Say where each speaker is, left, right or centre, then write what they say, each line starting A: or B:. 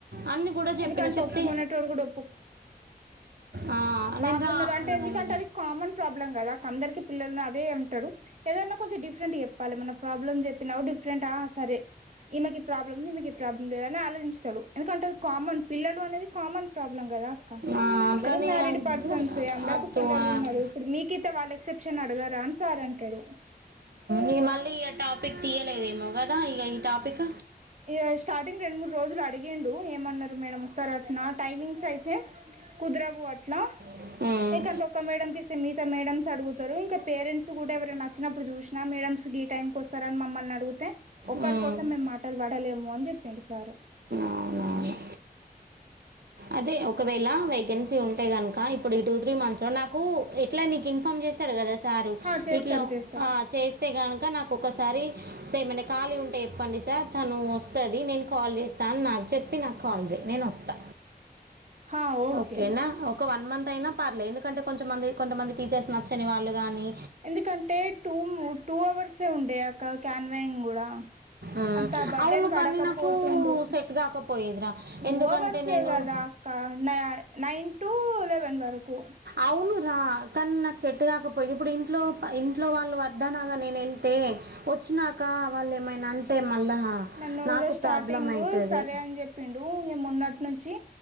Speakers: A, on the right; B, on the right.
A: అని కూడా చెప్పిన
B: ఎందుకంటే
A: చెప్తే
B: ఒప్పుకునేటోడు కూడా
A: ఆ నేను
B: బాబు
A: రా
B: ఉన్నడు అంటే
A: అన్నాను.
B: ఎందుకంటే అది కామన్ ప్రాబ్లం కదా. అందరికి పిల్లలున్నరు అదే అంటడు ఏదన్నా కొంచెం డిఫ్ రెంట్ చెప్పాలె మనం. ప్రాబ్లమ్ చెప్పినా కూడా డిఫరెంటా ఆ సరే ఈమెకి ప్రాబ్లం ఉంది ఈమెకి ఈ ప్రాబ్లం లేదని ఆలోచించు తడు ఎందుకంటే పిల్లలు అనేది కామన్ ప్రాబ్లం కదా అక్క.
A: "ఆ,
B: అందరూ
A: కానీ
B: మ్యారీడ్
A: అద్దు
B: పర్సన్సే అందరుకు
A: అద్దు
B: పిల్లలు
A: అన్నాను.
B: ఉన్నరు. ఇప్పుడు మీకిత్తే వాళ్ళు రిసెప్షన్ల అడగారా అని సార్ అంటరు.
A: ఇగ మళ్ళీ ఇగ టాపిక్ తీయలేదేమో కదా ఇగ ఈ టాపిక్.
B: ఇగ స్టార్టింగ్ రెండు మూడు రోజులు అడిగిండు, ఏమన్నరు మేడం వస్తారటనా టైమింగ్స్ అయితే కుదరవు అట్లా
A: ఉమ్,
B: ఎకంటే
A: ఉమ్,
B: ఒక్క మేడమ్ కి ఇస్తే మిగితా మేడమ్స్ అడుగుతరు. ఇంకా పేరెంట్స్ కూడా ఎవరన్నా అచ్చినప్పుడు చూశి నా మేడమ్స్ గి టైమ్కి వస్తరా అని మమ్మల్ని అడిగితే ఒకరి
A: ఉమ్,
B: కోసం మేం మాట పడలేము అని చెప్పిండు సారు.
A: అవునవును అదే ఒకవేళ వేకెన్సీ ఉంటే గనుక ఇప్పుడు ఈ టూ త్రీ మంత్స్ లో నాకు ఎట్లా నీకు ఇన్ఫార్మ్ చేస్తడుగదా సారు
B: హా చేస్తాడు
A: ఇట్లా
B: చేస్తాడు
A: ఆ చేస్తే గనుక నాకు ఒకసారి సేమన్నా ఖాళీ ఉంటే చే ప్పండి సార్ తను వస్తది నేను కాల్ చేస్తా అని చెప్పి నాకు కాల్ చేయి నేను వస్తా.
B: హా ఓకే
A: ఓకేనా ఒక వన్ మంత్ అయినా పర్లేదు. ఎందుకంటే కొంచంమంది కొంతమంది టీచర్స్ నచ్చని వాళ్ళు గాని
B: ఎందుకంటే టూ టూ అవర్సే ఉండే అక్క క్యాన్వాయింగ్ కూడా.
A: ఉమ్,
B: అంత బర్డేన్
A: అవును
B: పడకపోతుండు
A: కానీ నాకు సెట్ కాకపోయేదిరా
B: టూ
A: ఎందుకంటే
B: అవర్సే
A: నేను
B: కదా అక్క. న నైన్ టు లెవెన్ వరకు.
A: అవును రా కానీ నాకు సెట్టు కాకపోయేది. ఇప్పుడు ఇంట్లో ఇంట్లో వాళ్ళు వద్దనంగా నేను ఎళ్తే వచ్చినాక క వాళ్ళు ఏమైనా అంటే మళ్ళా
B: నన్ను
A: నాకు
B: కూడా స్టార్టింగ్
A: ప్రాబ్లం అవుతది
B: సరే అని చెప్పిండు. ఇగ మొన్నటి నుంచి